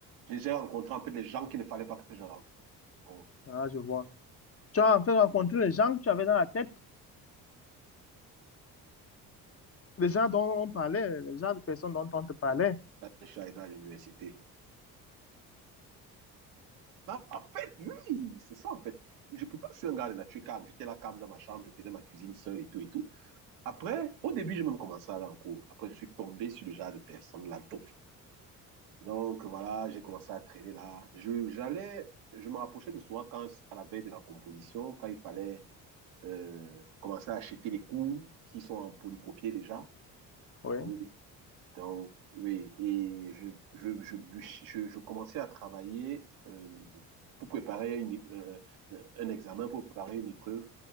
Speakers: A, on the right; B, on the left.
A: J'ai rencontré en fait des gens qui ne fallait pas que je rencontre.
B: Ah, je vois. Tu as en fait rencontré les gens que tu avais dans la tête. Les gens dont on parlait, les gens, les personnes dont on te parlait.
A: Je suis arrivé à l'université. En fait, oui, c'est ça en fait. Je, pourtant, je suis un gars de nature calme. J'étais là calme dans ma chambre, je faisais ma cuisine seule et tout et tout. Après, au début, j'ai même commencé à aller en cours. Après, je suis tombé sur le genre de personne, la toffe. Donc voilà, j'ai commencé à traîner là. Je, j'allais, je me rapprochais de soi quand, à la veille de la composition, quand il fallait euh, commencer à acheter les cours qui sont en polycopier déjà.
B: Oui.
A: Oui. Donc, oui. Et je, je, je, bûch- je, je commençais à travailler euh, pour préparer une, é- euh, euh, un examen, pour préparer une épreuve.